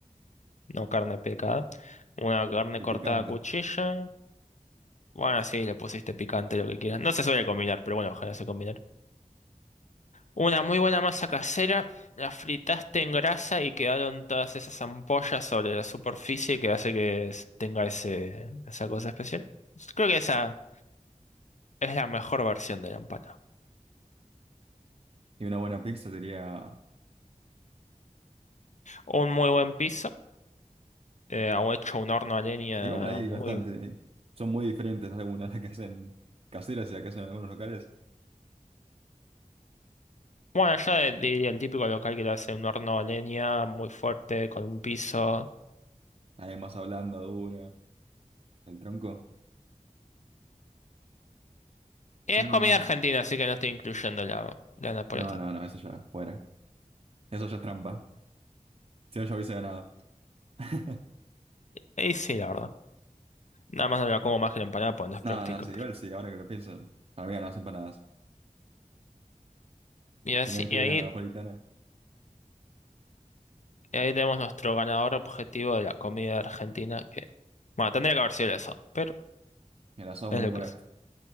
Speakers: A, on the left (about 60°); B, on the right (about 45°).
A: No carne picada. Una carne
B: y
A: cortada
B: picante.
A: a cuchillo. Bueno, sí, le pusiste picante lo que quieras. No se suele combinar, pero bueno, ojalá se combinara. Una muy buena masa casera, la fritaste en grasa y quedaron todas esas ampollas sobre la superficie que hace que s- tenga ese, esa cosa especial. Creo que esa es la mejor versión de la empanada.
B: Y una buena pizza sería...
A: Un muy buen piso, eh, o hecho un horno a leña
B: Igual hay
A: muy...
B: bastante. Son muy diferentes algunas las que hacen caseras y las que hacen en algunos locales.
A: Bueno, yo de- diría el típico local que lo hace un horno a leña muy fuerte, con un piso...
B: Además hablando dura. ¿El tronco?
A: Es
B: Mm,
A: comida argentina, así que no estoy incluyendo la, la napolitana.
B: no, no, no, eso ya, fuera. Eso ya es trampa. Si no, ya hubiese ganado. <laughs>
A: Y sí, la verdad. Nada más no la como más que la empanada, pues no es
B: No,
A: práctico,
B: no, sí,
A: pero.
B: igual sí, ahora que lo pienso, para mí ganan las empanadas.
A: Y así,
B: Si no incluís
A: y ahí,
B: la napolitana,
A: y ahí tenemos nuestro ganador objetivo de la comida argentina, que, bueno, tendría que haber sido el asado, pero
B: el asado
A: es
B: murió
A: lo
B: por
A: que
B: esto.
A: es.